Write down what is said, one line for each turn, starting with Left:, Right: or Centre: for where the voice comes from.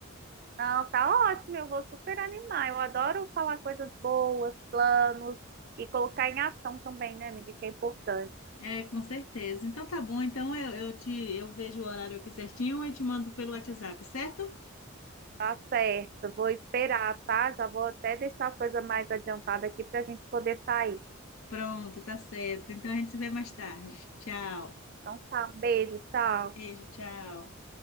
Right: Não, tá ótimo, eu vou super animar. Eu adoro falar coisas boas, planos e colocar em ação também, né, amiga, que é importante.
Left: É, com certeza. Então tá bom. Então eu, eu te eu vejo o horário aqui certinho e te mando pelo WhatsApp, certo?
Right: Tá certo, vou esperar, tá? Já vou até deixar a coisa mais adiantada aqui pra gente poder sair.
Left: Pronto, tá certo. Então a gente se vê mais tarde. Tchau.
Right: Então tá, um beijo, tchau.
Left: Beijo, tchau.